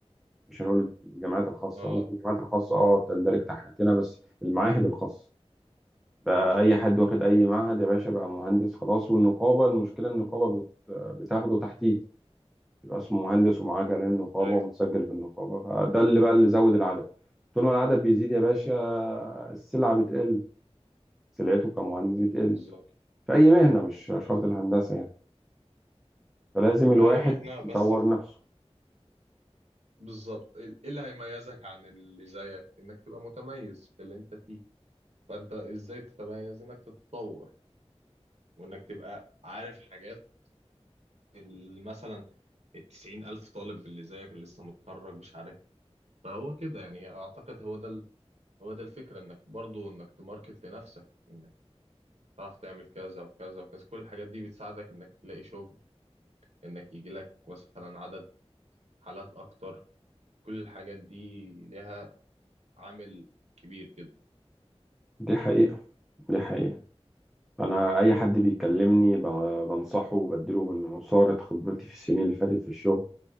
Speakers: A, in the centre; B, on the right.
A: مش هنقول الجامعات الخاصة
B: اه
A: ممكن الجامعات الخاصة اه تندرج تحتنا بس المعاهد الخاصة بقى أي حد واخد أي معهد يا باشا بقى مهندس خلاص والنقابة المشكلة النقابة بت... بتاخده تحتيه يبقى اسمه مهندس ومعاه كارنيه النقابة
B: ايوه
A: ومتسجل بالنقابة فده اللي بقى اللي زود العدد طول ما العدد بيزيد يا باشا السلعة بتقل سلعته كمهندس بتقل
B: بالظبط
A: في أي مهنة مش شرط الهندسة يعني فلازم الواحد
B: فأي مهنة بس
A: يطور
B: في
A: نفسه
B: بالظبط ايه إيه اللي هيميزك عن اللي زيك إنك تبقى متميز في اللي أنت فيه فانت ازاي تتميز انك تتطور وانك تبقى عارف حاجات اللي مثلا التسعين الف طالب اللي زيك اللي لسه متخرج مش عارف فهو كده يعني اعتقد هو ده ال... هو ده الفكرة انك برضو انك تماركت لنفسك انك تعرف تعمل كذا وكذا وكذا كل الحاجات دي بتساعدك انك تلاقي شغل انك يجي لك مثلا عدد حالات اكتر كل الحاجات دي لها عامل كبير كده
A: دي حقيقة دي حقيقة أنا أي حد بيكلمني ب- بنصحه وبديله من عصارة خبرتي في السنين اللي فاتت في الشغل